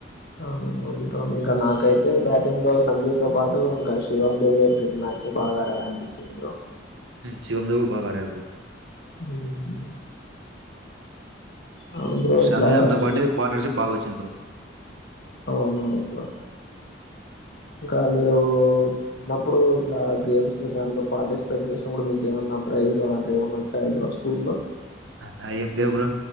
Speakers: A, on the left; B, on the right.
A: అహ్ ఉంక ఇంకా నాకైతే బ్యాటింగ్తో సంజీ తో పాటు ఇంకా శివం దువే ప్రీతి మ్య చి బాగ ఆడారు అనిపించింది బ్రో
B: శివముదొ బాగాడాడు బ్రో
A: ఉమ్ అవును బ్రో
B: శాంతి
A: ఇట్లా
B: అంతతో
A: చి
B: పాటే పార్ట్నర్షిప్ బాగా వచ్చింది బ్రో
A: అవునవును బ్రో ఇంకా మీరు చిన్నప్పుడు ఇట్లా గేమ్స్ లో దాంట్లో పార్టిసిపేట్ చేసినప్పుడు కూడా మీకేమన్నా ప్రైజ్లు అలాంటివి ఏమన్న వచ్చాయ బ్రో స్కూల్ లో
B: అలా ఏంలేవు బ్రో